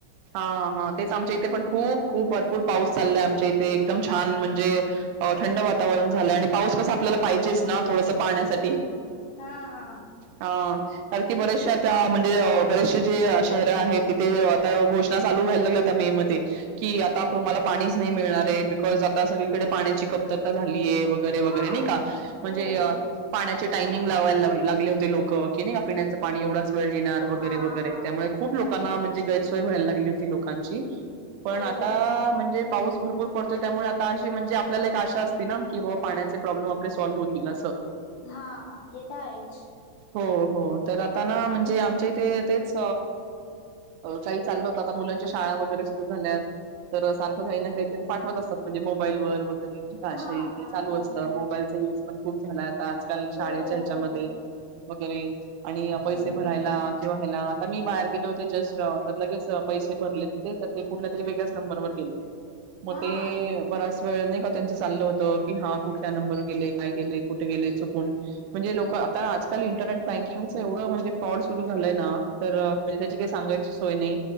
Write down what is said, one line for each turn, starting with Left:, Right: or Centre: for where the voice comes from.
Right: हा हा तेच आमच्या इथे पण खूप- खूप भरपूर पाऊस चाललाय आमच्या इथे एकदम छान म्हणजे, अ थंड वातावरण झालंय आणि पाऊस कसा आपल्याला पाहिजेच ना थोडस पाहण्यासाठी.
Left: हा हा.
Right: ह कारण की बरेचसे आता म्हणजे बरेचसे जे शहर आहेत तिथे आ घोषणा चालू व्हायला लागलता मे मध्ये. की आता तुम्हाला पाणीच नाही मिळणार आहे, बिकॉज आता सगळीकडे पाण्याची कमतरता झाली हे वगैरे
Left: हा
Right: वगैरे नाही का! म्हणे
Left: हो.
Right: पाण्या चे टाइमिंग लावले होते लोक नाही पिण्याचं पाणी एवढाच वेळ देणार
Left: हा
Right: वगैरे वगैरे
Left: हा
Right: त्यामुळे खूप लोकांना म्हणजे गैरोय व्हायला लागली होती लोकांची. पण
Left: हो
Right: आता
Left: हो.
Right: म्हणजे, पाऊस भरपूर पडतोय त्यामुळे आता अशी म्हणजे आपल्याला एक आशा असती ना की बा पाण्यात प्रॉब्लेम आपले सॉल्व होतील असं,
Left: हा हा हे तर आहेच.
Right: हो हो तर आता ना म्हणजे आमच्या इथे तेच, काही चाल होत, आता मुलांच्या शाळा वगैरे सुरू झाल्यात. तर सारखं काही ना काहीतरी पाठवत असतात म्हणजे मोबाईल वर वगैरे, काश
Left: हा
Right: ते
Left: हा
Right: चालू
Left: हा
Right: असतं मोबाईलचा युज पण खूप झाला आता आजकाल शाळेच्या
Left: हो.
Right: ह्याच्यामध्ये. वगैरे आणि पैसे
Left: हो
Right: भरायला किंवा ह्याला आता मी बाहेर गेलो होते जस्ट तर लगेच पैसे भरले तिथे, तर ते कुठल्या तरी वेगळ्याच नंबरवर गेले. मग
Left: हा
Right: ते बरा्याच वेळ नाही का त्यांचं चाललं होत की हा कुठल्या नंबर गेले काय गेले. कुठे गेलाच कोण, म्हणजे लोक आता आजकाल इंटरनेट बँकिंगच एवढं म्हणजे फ्रॉड सुरु झालंय ना तर त्याची काही सांगायची सोय नाही